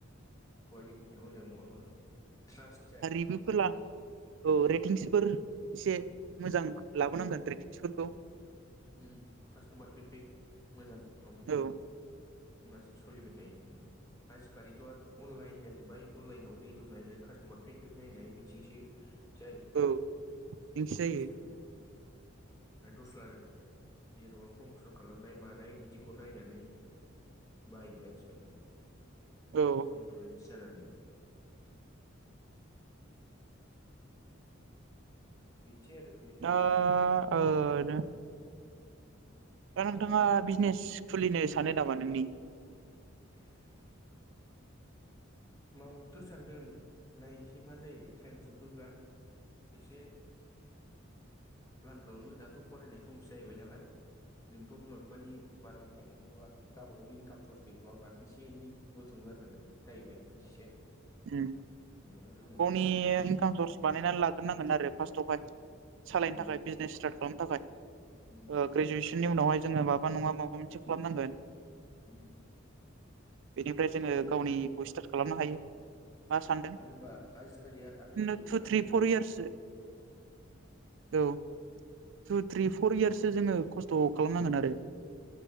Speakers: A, on the left (about 15°); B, on the right (about 65°).
A: कुवालिटिया मोजां नङाबा ट्रास्ट जाया।
B: बेफोर ला औ रेटिंसफोर एसे मोजां लाबोनांगोन रेटिंसफोरखौ।
A: उम कास्ट'मार फिडबेक मोजां मामा नांगोन।
B: औ
A: होमबासो सोलिबाय थायो उम आजिखालिथ'अनलाइन जाजोब्बाय अनलाइनाव रिभिउ नायनानै कास्ट'मार फिडबेक नायनाय बिदिजोंसो जायो
B: औ बिदिसो
A: बांसिनानो
B: जायो
A: दस्रा मिरुआव प्रमसन खालामनाय मानाय बिदिखौ नायनानै बायो आजिखालि
B: औ
A: इनफ्लुयन्स नायनानै बिनोसै आरो बिजनेसाथ'
B: <inaudible> दा नोंथाङा बिजिनेस खुलिनो सानो नामा नोंनि?
A: <inaudible> मावनोथ' सानदों नायनोसै मा जायो टाइम सफैब्ला एसे प्लान खालामो दाथ' फरायनाय समसो जाहैबाय नालाय जोंथ' बिमा बिफानि बारगाबो थांनो हाथ'वा। गावबा गावनि इनकाम सर्स गैथ'वाबा एसे एनै बुथुमग्रोनांगोन जाहैबाय बिदिसो
B: उम <unintelligible>
A: नङाबाथ' जों हाया
B: इनकाम सर्स बानायनानै लाग्रोन नांगोन आरो फार्स्टआवहाय सालायनो
A: उम
B: थाखाय बिजिनेस स्टार्ट खालामनो थाखाय।
A: उम
B: ओ ग्रेजुवेसननि उनावहाय जोङो माबा नङा माबा मोनसे खालामनांगोन।
A: उम
B: बेनिफ्राय जोङो गावनिखौ स्टार्ट खालामनो हायो। मा सानदों
A: मानो होनबा आजिखालि आरो आनइमप्लयनि
B: थु
A: थाखाय
B: थ्रि
A: जबा
B: फर इयार्ससो औ। टु थ्रि फर इयार्सो जोङो खस्थ' खालामनांगोन आरो।